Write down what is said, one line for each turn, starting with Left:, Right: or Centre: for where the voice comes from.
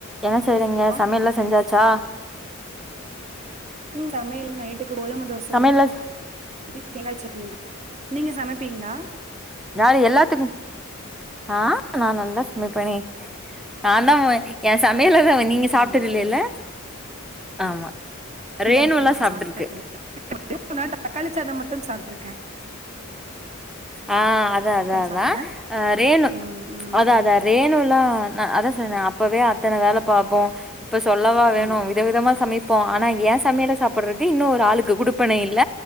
Centre: என்ன செய்றீங்க
Right: ஆ
Centre: சமயல்லா செஞ்சாச்சா
Right: ம் சமையல் வந்து நைட்டுக்கு கோதும தோச
Centre: சமையல்ல
Right: <inaudible> தேங்காச் சட்னி நீங்க சமப்பீங்களா
Centre: நா‌ எல்லாத்துக்கு ஆஹ் நா நல்லா சமைப்பனே நா தா ஏ சமையல்ல தா நீங்க சாப்ட்டதில்லேல்ல
Right: ம்
Centre: ஆமா
Right: இல்ல
Centre: ரேணுல்லா
Right: இல்ல நா
Centre: சாப்ட்ருக்கு
Right: சாப்ட்டது இல்ல ஒரே ஒரு நாள் தக்காளி சாதம் மட்டும் சாப்ட்ருக்க
Centre: ஆஹ் அதா அதா‌ அதா
Right: சாப்ட்டே
Centre: ஆஹ் ரேணு
Right: ம் ம்
Centre: அதா‌ அதா ரேணுலா நா அதா சொல்றனே அப்பவே அத்தன வேல பாப்போ இப்ப சொல்லவா வேணு
Right: ம்
Centre: விதவிதமா சமை ப்போ ஆனா ஏ சமையல சாப்புட்றதுக்கு இன்னு ஒரு ஆளுக்கு குடுப்பனை இல்ல